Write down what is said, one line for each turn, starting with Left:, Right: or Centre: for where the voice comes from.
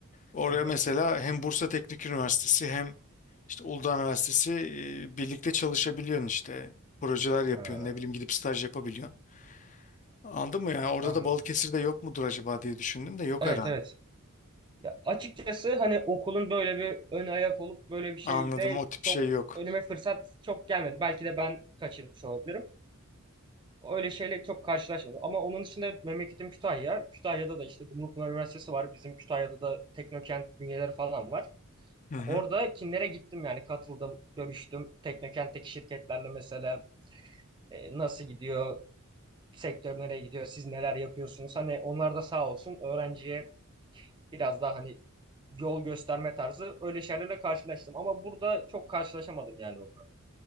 Left: Oraya
Right: hı hı.
Left: mesela hem Bursa Teknik Üniversitesi hem işte Uludağ Üniversitesi e, birlikte çalışabiliyorsun işte. Projeler yapıyorsun,
Right: Ha,
Left: ne bileyim gidip staj yapabiliyorsun. Anladın mı? Yani orada
Right: anladım.
Left: da Balıkesir'de yok mudur acaba diye düşündüm de yok
Right: Evet
Left: herhalde.
Right: evet. Ya açıkçası hani okulun böyle bir ön ayak olup böyle bir şeyle
Left: Anladım o tip
Right: çok
Left: şey yok.
Right: önüme fırsat çok gelmedi. Belki de ben kaçırmış olabilirim. Öyle şeyle çok karşılaşmadım. Ama onun dışında memleketim Kütahya. Kütahya'da da işte Dumlupınar Üniversitesi var. Bizim Kütahya'da da Teknokent bünyeleri falan var.
Left: Hı hı.
Right: Orada kimlere gittim yani katıldım, görüştüm. Teknokent'teki şirketlerle mesela e, nasıl gidiyor? sektör nereye gidiyor, siz neler yapıyorsunuz. Hani onlar da sağ olsun öğrenciye biraz daha hani yol gösterme tarzı öyle şeylerle karşılaştım. Ama burada çok karşılaşamadım yani onunla.